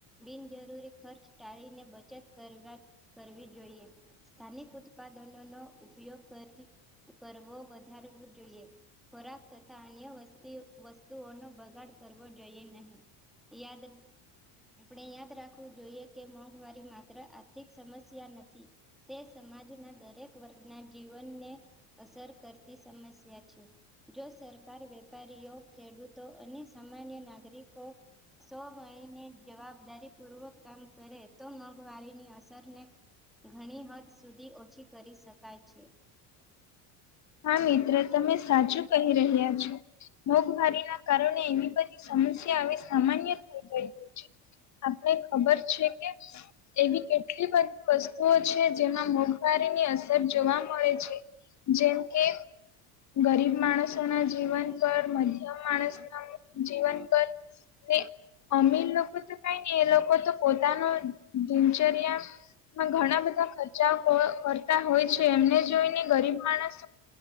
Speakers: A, in the centre; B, on the left.
A: બિનજરૂરી ખર્ચ ટાળીને, બચત કરવા કરવી જોઈએ. સ્થાનિક ઉત્પાદનો નો ઉપયોગ કરવો વધારવો જોઈએ. ખોરાક તથા અન્ય વસ્તુઓનો બગાડ કરવો જોઈએ નહીં. યાદ. આપણે યાદ રાખવું જોઈએ કે, મોંઘવારી માત્ર આર્થિક સમસ્યા નથી. તે સમાજના દરેક વર્ગના જીવનને અસર કરતી સમસ્યા છે. જો સરકાર વેપારીઓ, ખેડૂતો અને સામાન્ય નાગરિકો. સૌ મળી ને, જવાબદારી પૂર્વક કામ કરે તો, મોંઘવારીની અસરને ઘણી હદ સુધી ઓછી કરી શકાય છે.
B: હા, મિત્ર, તમે સાચું કહી રહ્યા છો, મોઘવારી ના કાર એ બધી સમસ્યા હવે સામાન્ય છે. આપને ખબર છે કે. એવી કેટલી બધી વસ્તુઓ છે, જેમાં મોંઘવારીની અસર જોવા મળે છે. જેમ કે, ગરીબ માણસો ના જીવન પર, મધ્યમ માણસ ના. જીવન કર એ, અમીર લોકો તો કઈ ને, એ લોકો તો પોતાનો દિનચર્યા. માં ઘણા બધા ખર્ચા કરતા હોય છે, એમને જોઈને ગરીબ માણસ.